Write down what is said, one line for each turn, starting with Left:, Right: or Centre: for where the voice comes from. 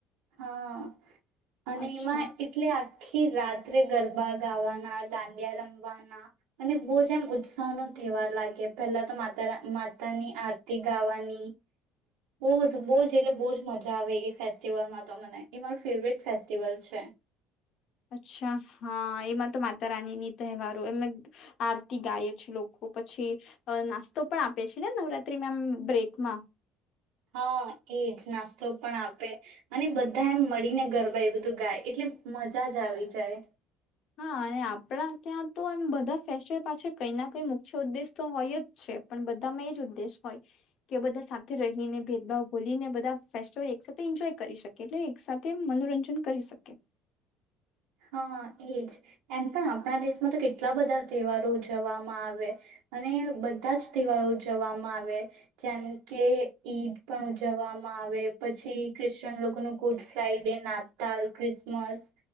Right: હા. અને
Left: અચ્છા
Right: એમાં એટલે આખી રાત ત્રે ગરબા ગાવાના દાંડિયા રમવાના અને બહુ જ એમ ઉત્સાહ નો તહેવાર લાગે પેલા તો માતા રા માતાની આરતી ગાવાની બહુું બહુ જ એટલે બહુ જ મજા આવે એ ફેસ્ટિવલમાં તો મને એ માર ફેવરેટ ફેસ્ટિવલ છે.
Left: અચ્છા હા એમાં તો માતા રાનીની તહેવારો એમે આરતી ગાય છેએ લોકો પછી અહ નાસ્તો પણ આપે છે ને નવરાત્રીમાં એમ બ્રેકમાં.
Right: હા, એજ નાસ્તો પણ આપે અને બધા એમ મળીને ગરબા એ બધું ગાય એટલે મજા જ આવી જાય.
Left: હા, અને આપણા ત્યાં તો એમ બધા ફેસ્ટિવલ પાછ કઈ ના કઈ મુખ્ય ઉદ્દેશ તો હોય જ છે પણ બધામાં એ જ ઉદ્દેશ હોય કે બધા સાથે રહીને ભેદભાવ ભોલીને બધા ફેસ્ટિવલ એક સાથે એન્જોય કરી શકે એટલે એક સાથે મનોરંજન કરી શકે.
Right: હા, એજ એમ પણ આપણા દેશમાં તો કેટલા બધા તહેવારો ઉજવવામાં આવે અને બધા જ તહેવારો ઉજવવામાં આવે જેમ કે ઈદ પણ ઉજવવામાં આવે પછી ક્રિશ્ચયન લોકોનું ગુડ ફ્રાઈડે નાતાલ ક્રિસમસ